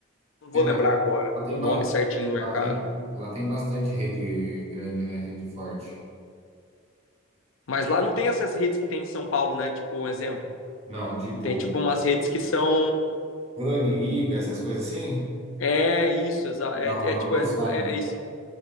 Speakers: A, on the left; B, on the right.
A: não vou
B: É, mas
A: lembrar agora
B: lá tem,
A: o nome
B: ba-
A: certinho do
B: lá
A: mercado.
B: tem, lá tem bastante rede grande, né? Rede forte.
A: Mas lá não tem essas redes que tem em São Paulo, né? Tipo, um exemplo.
B: Não, tipo,
A: Tem tipo umas redes que são.
B: Dani, Iga, essas coisas assim?
A: É isso,
B: Não,
A: é, é
B: não
A: tipo,
B: que eu
A: é,
B: saiba.
A: é isso.